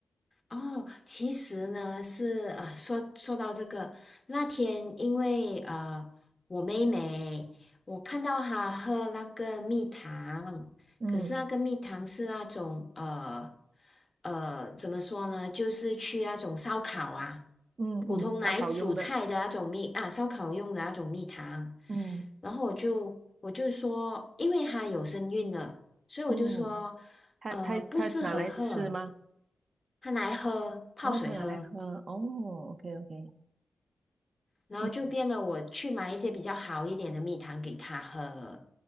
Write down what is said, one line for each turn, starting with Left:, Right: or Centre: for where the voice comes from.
Left: 哦，其实呢是啊，说说到这个，那天因为呃，我妹妹，我看到她喝那个蜜糖，
Right: 嗯
Left: 可是那个蜜糖是那种呃呃，怎么说呢，就是去那种烧烤啊，
Right: 嗯嗯，
Left: 普通来煮菜的那种蜜啊，
Right: 烧烤用的。
Left: 烧烤用的那种蜜糖，
Right: 嗯
Left: 然后我就我就说，因为她有身孕了，所以我就说。
Right: 嗯，他他他拿来吃吗？
Left: 呃，不适合喝，他拿来喝泡水喝，
Right: 哦，他拿来喝。哦，OK OK，
Left: 然后就变得我去买一些比较好一点的蜜糖给他喝
Right: 嗯，